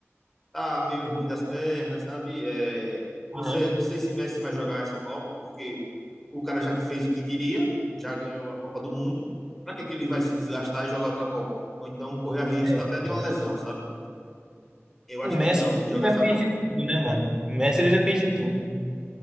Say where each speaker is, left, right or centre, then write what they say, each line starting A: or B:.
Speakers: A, in the centre; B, on the right.
A: tá meio ruim das pernas, sabe? É,
B: Aham.
A: não sei, não sei se Messi vai jogar essa Copa, porque o cara já que fez o que queria, já ganhou a Copa do Mundo. Para que que ele vai se desgastar e jogar outra Copa? Ou então correr a risco
B: É.
A: até de
B: é.
A: uma lesão, sabe? Eu
B: O
A: acho
B: Messi
A: que ele não vem jogar
B: ele já
A: essa
B: fez
A: Copa.
B: de tudo, né, mano? O Messi ele já fez de tudo.